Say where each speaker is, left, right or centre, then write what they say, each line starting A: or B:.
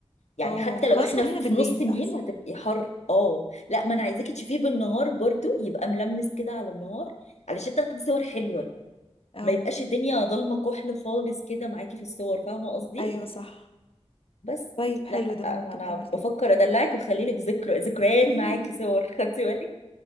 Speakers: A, on the left; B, on the left.
A: يعني
B: اه
A: حتى لو
B: خلاص
A: احنا
B: خلينا
A: في
B: بالليل
A: نص النيل
B: احسن
A: هتبقي حر اه لا
B: مم.
A: ما انا عايزاكي تشوفيه بالنهار برضو يبقى ملمس كده على النهار علشان تاخدي صور حلوة
B: او
A: ما يبقاش الدنيا ضلمة كحل خالص كده معاكي في الصور فاهمة قصدي
B: ايوه صح
A: بس
B: طيب حلو
A: لا
B: ده
A: ما
B: ممكن
A: انا
B: نعمل كده
A: بفكر ادلعك واخلي لك ذكر ذكريات
B: <laughs>
A: معاكي صور خدتي بالك